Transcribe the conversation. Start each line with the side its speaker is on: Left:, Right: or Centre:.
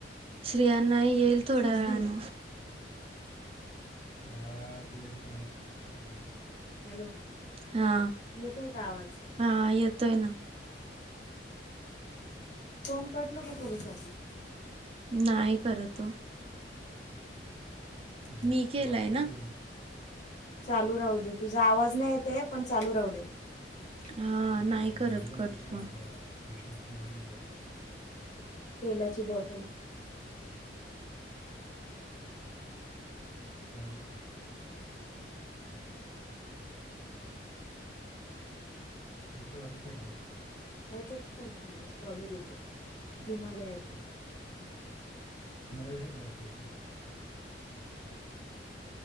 Right: श्रीयान ना, येईल थोड्या
Left: सिक्स
Right: वेळान.
Left: डी <unintelligible> हॅलो.
Right: हा,
Left: येतोय का आवाज
Right: हा येतोय ना.
Left: फोन कट नको करूस आधी.
Right: नाई करत ओ.
Left: <unintelligible>
Right: मी केलाय ना
Left: चालू राहू दे, तुझा आवाज नाय येत आहे पण चालू राहू दे. <unintelligible>
Right: हा नाही करत कट फोन
Left: तेलाची बॉटल. <unintelligible> <unintelligible> <unintelligible> ह्याच <unintelligible> स्ट्रॉबेरीच, हिमालयाच. <unintelligible>